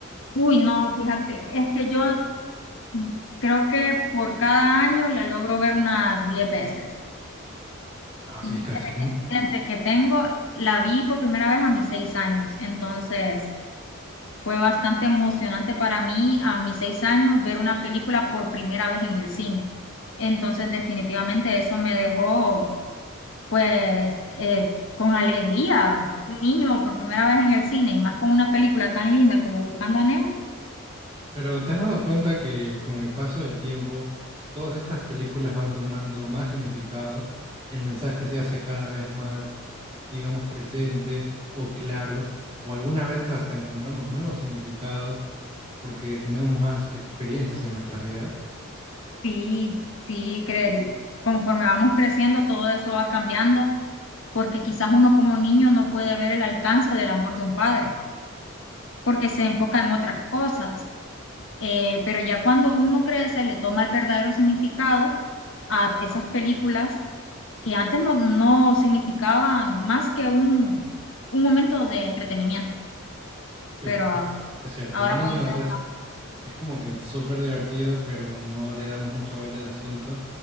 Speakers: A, on the left; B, on the right.
A: Uy, no, fíjate, es que yo Mm, Creo que por cada año la logro ver unas 10 veces.
B: No, sí,
A: Desde
B: es casi. que-
A: que, desde que tengo, la vi por primera vez a mis 6 años, entonces fue bastante emocionante para mí a mis 6 años ver una película por primera vez en el cine. Entonces definitivamente eso me dejó pues eh, con alegría. Un niño por primera vez en el cine y más con una película tan linda como Buscando a Nemo,
B: Pero ¿te has dado cuenta que con el paso del tiempo todas estas películas van tomando más significado? El mensaje se hace cada vez más, digamos, presente o claro, o algunas veces hasta encontramos nuevos significados. porque tenemos más experiencias en nuestras vidas.
A: sí, sí, creería conforme vamos creciendo, todo eso va cambiando porque quizás uno como niño no puede ver el alcance del amor de un padre, porque se enfoca en otras cosas. Eh, pero ya cuando uno crece, le toma el verdadero significado a esas películas que antes no, no significaban más que un, un momento de entretenimiento,
B: Sí,
A: pero
B: es, es cierto.
A: ahora
B: De niños
A: pueden ser
B: es,
A: hasta...
B: es como que súper divertido, pero no le damos mucha vuelta al asunto.